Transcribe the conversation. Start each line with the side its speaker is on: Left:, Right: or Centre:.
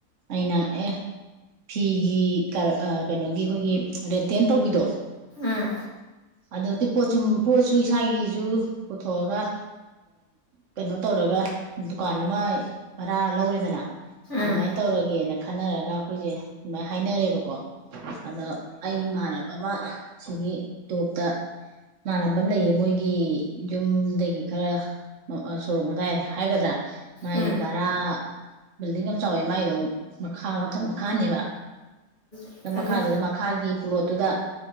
Right: ꯑꯩꯅ ꯑꯦ ꯐꯤꯒꯤ ꯀꯩꯅꯣꯒꯤ ꯑꯩꯈꯣꯏꯒꯤ ꯔꯦꯟꯇꯦꯟ ꯇꯧꯕꯤꯗꯣ
Left: ꯎꯝ
Right: ꯑꯗꯨꯣ ꯄꯣꯠ ꯄꯣꯠꯁꯨ ꯃꯥꯒꯤꯖꯨ ꯄꯨꯊꯣꯛꯑꯒ ꯀꯩꯅꯣ ꯇꯧꯔꯒ ꯗꯨꯀꯥꯟ ꯑꯃ ꯈꯔ ꯂꯧꯔꯤꯗꯅ ꯑꯗꯨꯃꯥꯏꯅ
Left: ꯎꯝ
Right: ꯇꯧꯔꯒꯦꯅ ꯈꯟꯅꯔꯒ ꯑꯩꯈꯣꯏꯁꯦ ꯑꯗꯨꯃꯥꯏꯅ ꯍꯥꯏꯅꯔꯦꯕꯀꯣ ꯑꯗꯣ ꯑꯩ ꯏꯃꯥꯟꯅꯕ ꯑꯃ ꯁꯤꯒꯤ ꯇꯣꯞꯇ ꯏꯥꯟꯅꯕ ꯑꯃ ꯂꯩꯌꯦꯕ ꯃꯣꯏꯒꯤ ꯌꯨꯝꯗꯒꯤ ꯈꯔ ꯁꯣꯔꯣꯛ ꯃꯇꯥꯏ ꯍꯥꯏꯒꯗ꯭ꯔꯥ ꯃꯥꯒꯤ
Left: ꯎꯝ
Right: ꯚꯥꯔꯥ <unintelligible> ꯑꯗꯨ ꯆꯋ ꯑ ꯃꯈꯥ ꯃꯊꯛ ꯃꯈꯥꯅꯦꯕꯛ
Left: ꯎꯝ
Right: ꯃꯈꯥꯗꯨꯗ ꯃꯈꯥꯒꯤ ꯄꯣꯂꯣꯠꯇꯨꯗ